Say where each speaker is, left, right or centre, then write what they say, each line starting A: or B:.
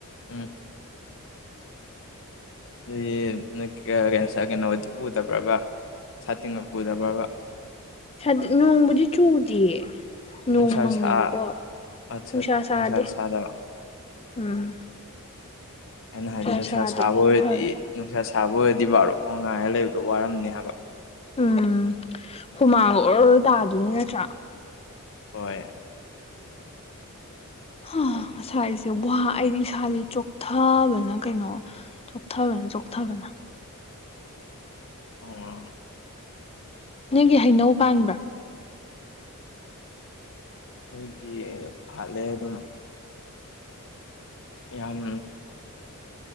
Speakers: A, on the left; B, on the left.
A: ꯎꯝ ꯑꯗꯨꯗꯤ ꯅꯣꯏ ꯀꯀꯩ ꯉꯁꯥꯏ ꯀꯩꯅꯣꯗꯤ ꯄꯨꯗꯕ꯭ꯔꯥꯕ ꯁꯥꯇꯤꯟꯒ ꯄꯨꯗꯕ꯭ꯔꯥꯕ
B: ꯁꯥꯇꯤꯟ ꯅꯣꯡꯕꯨꯗꯤ ꯆꯨꯗꯤꯌꯦ ꯅꯣꯡ
A: ꯅꯨꯡꯁꯥ
B: ꯃꯪꯉꯦꯕꯀꯣ
A: ꯁꯥ ꯑꯠꯆꯥ
B: ꯅꯨꯡꯁꯥ ꯁꯥꯗꯦ
A: ꯁꯥꯗꯕ
B: ꯎꯝ
A: ꯑꯩꯅ ꯍꯥꯏꯗꯤ ꯅꯨꯡꯁꯥ
B: ꯁꯥꯗꯕꯗꯨꯅ
A: ꯁꯥꯥꯕ ꯑꯣꯏꯔꯗꯤ
B: ꯐꯔꯦ
A: ꯅꯪ__ ꯅꯨꯡꯁꯥ ꯁꯥꯕ ꯑꯣꯏꯔꯗꯤ ꯕꯥꯔꯣ ꯐꯧ ꯉꯥꯏꯔ ꯂꯩꯕꯗꯣ ꯋꯥꯔꯝꯅꯤ ꯍꯥꯏꯕ
B: ꯎꯝ ꯍꯨꯃꯥꯡꯒ ꯑꯣꯔꯣ ꯇꯥꯗꯣꯏꯅꯤ ꯅꯠꯇ꯭ꯔꯥ
A: ꯍꯣꯏ
B: ꯍꯥ ꯉꯁꯥꯏꯁꯦ ꯋꯥ ꯑꯩꯗꯤ ꯏꯁꯥꯁꯦ ꯆꯣꯛꯊꯕꯅ ꯀꯩꯅꯣ ꯆꯣꯛꯊꯕꯅ ꯆꯣꯛꯊꯕꯅ
A: ꯑꯣ
B: ꯅꯪꯒꯤ ꯍꯩꯅꯧ ꯄꯥꯟꯕ꯭ꯔꯥ
A: ꯑꯩꯈꯣꯏꯒꯤ ꯄꯥꯍꯠꯂꯦ ꯑꯗꯨꯝ ꯌꯥꯝ